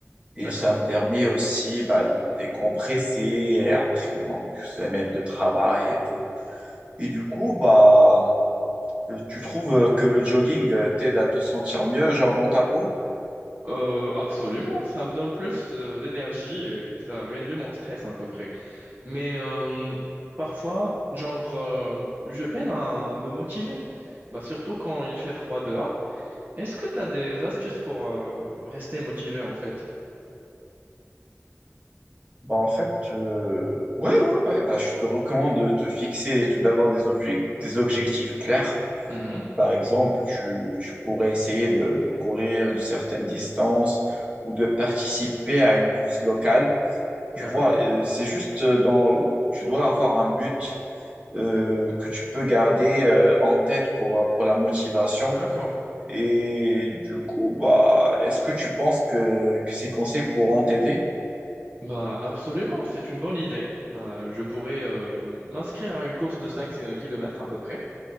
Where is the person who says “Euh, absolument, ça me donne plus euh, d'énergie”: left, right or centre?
Right